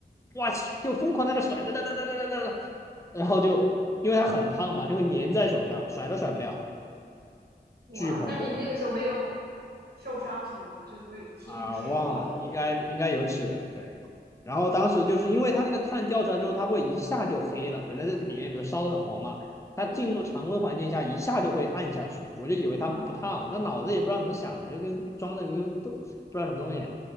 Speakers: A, on the left (about 15°); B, on the right (about 60°).
A: 我去，就疯狂在那甩，哒哒哒哒哒哒哒，然后就因为它很烫嘛，就会粘在手上，甩都甩不掉，
B: 哇？
A: 巨恐怖。
B: 那你那个时候没有受伤什么的吗？就不会起什么水泡之类的？
A: 啊，忘了，应该应该有起的，对。然后当时就是因为它那个碳掉出来之后，它会一下就黑了。本来在这里面，比如烧得很红嘛，它进入常温环境下一下就会暗下去。
B: 嗯，
A: 我就以为它不烫，
B: 哦。
A: 但脑子也不知道怎么想，就跟装的跟都不知道什么东西，